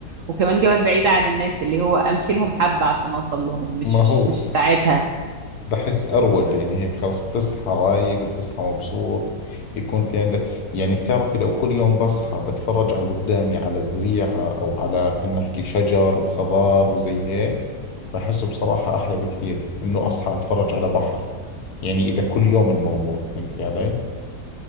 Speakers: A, on the right (about 75°); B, on the left (about 65°).
A: وكمان جبل بعيد عن الناس اللي هو امشي لهم حبة عشان اوصل لهم مش
B: ما
A: مش,
B: هو
A: مش في ساعتها
B: بحس أروق يعني هيك خلص بتصحى رايق بتصحى مبسوط يكون في عندك يعني بتعرفي لو كل يوم بصحى بتفرج على قدامي على الزريعة أو على خلينا نحكي شجر وخضار وزي هيك بحسه بصراحة أحلى بكثير إنه أصحى أتفرج على بحر يعني إذا كل يوم الموضوع فهمتي علي؟